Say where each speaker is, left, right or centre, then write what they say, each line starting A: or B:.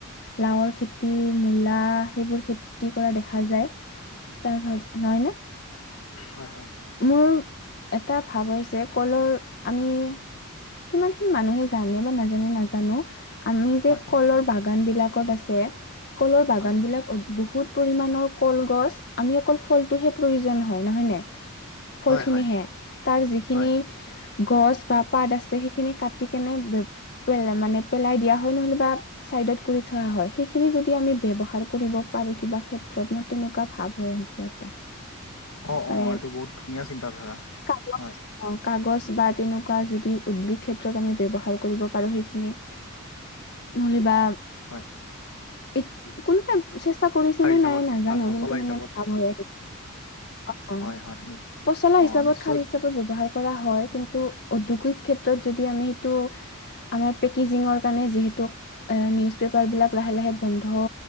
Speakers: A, on the left; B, on the left.
A: লাওৰ খেতি মূলা সেইবোৰ খেতি কৰা দেখা যায়। তাৰ ভাগ
B: হয়
A: নহয় নে?
B: হয় হয়।
A: মোৰ এটা ভাৱ আহিছে কলৰ আমি। কিমান খিনি মানুহে জানে বা নাজানে নাজানো আমি যে
B: হয় হয়
A: কলৰ বাক বাগান বিলাকত আছে কলৰ বাগান
B: হয়
A: বিলাক বহুত পৰিণৰ কলগছ। আমি অকল ফলটোহে প্ৰয়োজন হয় নহয় নে। ফলখিনিহে
B: হয় হয়
A: তাৰ যিখিনি
B: হয়
A: গছ বা পাত আছে সেইখিনি কাটি কেনে পেল মানে পেলাই দিয়া হয় নহ'লে বা ছাইডত কৰি থোৱা হয় সেইখিনি যদি আমি ব্যৱহাৰ কৰিব পাৰোঁ কিবা ক্ষেত্ৰত মই তেনেকুৱা ভাব হৈ আহিছে এটা।
B: অঁ
A: মানে
B: অঁ এইটো বহুত ধুনীয়া চিন্তাধাৰা
A: কাগজ
B: হয়।
A: অ কাগজ বা তেনেকুৱা যদি উদ্যোগ ক্ষেত্ৰত আমি ব্যৱহাৰ কৰিব পাৰো সেইখিনি নহ'লে বা
B: হয়।
A: এ কোনোবাই চেষ্টা কৰিছে
B: কাৰ
A: নে
B: হিচাপত
A: নাই নাজানো
B: বা পচলা
A: কিন্তু
B: হিচাপত
A: মানে ভাল হৈ আহিছে। অহ,
B: হয় হয়
A: পচলা
B: অঁ
A: হিচাপত
B: নিশ্চয়
A: খাৰ হিচাপ কৈ ব্যৱহাৰ কৰা হয়, কিন্তু উদ্যোগিক ক্ষেত্ৰত যদি আমি সেইটো আমাৰ পেকেজিঙৰ কাৰণে যিহেতু এ নিউজ পেপাৰ বিলাক লাহে লাহে বন্ধ